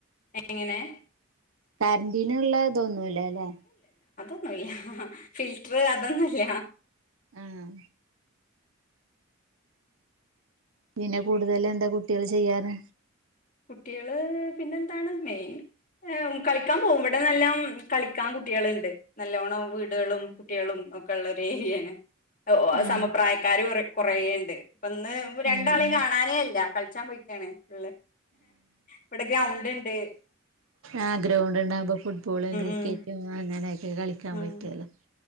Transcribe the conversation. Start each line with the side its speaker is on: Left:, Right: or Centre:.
Left: എങ്ങനെ
Right: കര്ന്റിൻ ഇങ്ങനേള്ളെ ഇതൊന്നുല്ലല്ലെ
Left: ന്നുല്ലാ ഫിൽറ്റ്റ് അതൊന്നും ല്ല
Right: ആഹ് പിന്നെ കൂടുതല് എന്താ കുട്ടികള് ചെയ്യാറ്
Left: കുട്ടികള് പിന്നെ എന്താണ് മെയ്ൻ കളിക്കാൻ പോകും ഇവിടെ നല്ലോം കളിക്കാൻ കുട്ടികള്ണ്ട് നല്ലോണം വീട്കളും കുട്ടികളും ഒക്കെ ഉള്ളോരു ഏരിയാണ്
Right: ആഹ്
Left: സമപ്രായക്കാരാണ് കൊറേണ്ട് ഇപ്പ ഇന്ന് രണ്ടാളീം
Right: ആഹ് ആഹ്
Left: കാണാനേ ഇല്ല കൾച്ചാൻ പോയ്ക്കാണ് ൾ ഇവ്ടെ ഗൗണ്ട്ണ്ട്
Right: ആ ഗ്രൗണ്ട് ഉണ്ടാകുമ്പോ ഫുട്ബോള് ക്രിക്കറ്റും
Left: ഉം
Right: അങ്ങനെ കളിക്കാൻ
Left: ഉം
Right: പറ്റൊള്ളൂ